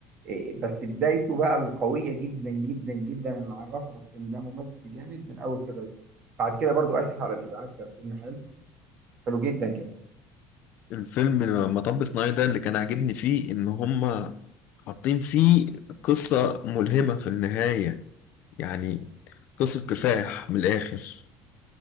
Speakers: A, on the right; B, on the left.
A: إيه، بس بدايته بقى القوية جدا جدا جدا اللي عرفنا إن ده ممثل جامد من أول كده بعد كده برضو آسف على الإزعاج كان فيلم حلو حلو جدا كمان
B: الفيلم مطب صناعي ده اللي كان عاجبني فيه ان هما حاطين فيه قصة ملهمة في النهاية يعني قصة كفاح من الآخر